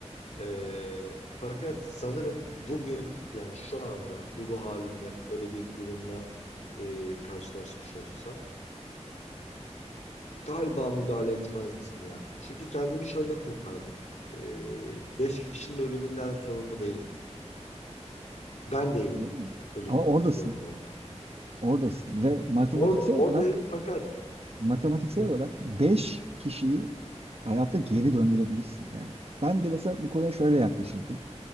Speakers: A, on the left (about 75°); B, on the right (about 55°).
A: Ee, fakat sanırım bugün yani şu anda bu ruh halimle öyle bir durumla e, karşılaşmış olsam galiba müdahale etmezdim ya. Çünkü kendimi şöyle kurtardım. Ee, beş kişinin ölümünden sorumlu değil. Ben değilim
B: Olur mu?
A: ölümünden
B: Ama oradasın.
A: sorumlu olan.
B: Oradasın. Ve matematiksel
A: Or oradayım
B: olarak
A: fakat
B: matematiksel
A: hı,
B: olarak 5 kişiyi hayatta geri döndürebilirsin. Yani ben de mesela bu konuya şöyle yaklaşırdım.